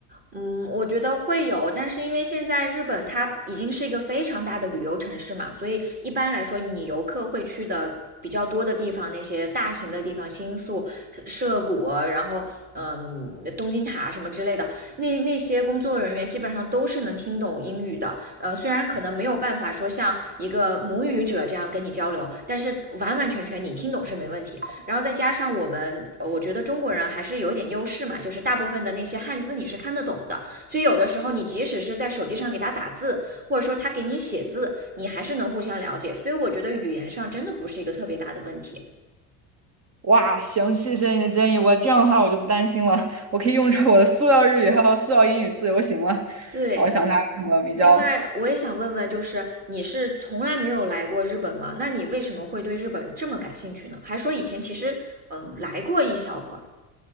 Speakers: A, on the right (about 20°); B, on the right (about 35°).
A: 嗯，我觉得会有，但是因为现在日本它已经是一个非常大的旅游城市嘛，所以一般来说，你游客会去的比较多的地方，那些大型的地方，新宿、涩谷啊，然后嗯，东京塔啊什么之类的，那那些工作人员基本上都是能听懂英语的。呃，虽然可能没有办法说像一个母语者这样跟你交流，但是完完全全你听懂是没问题。然后再加上我们，呃我觉得中国人还是有点优势嘛，就是大部分的那些汉字你是看得懂的，所以有的时候你即使是在手机上给他打字，或者说他给你写字，你还是能互相了解。所以我觉得语言上真的不是一个特别大的问题。
B: 哇，行，谢谢你的建议，我这样的话我就不担心了，我可以用着我的塑料日语还有塑料英语自由行了。然后我想一下有什么比较。
A: 对，另外我也想问问，就是你是从来没有来过日本吗？那你为什么会对日本这么感兴趣呢？还说以前其实嗯来过一小会儿。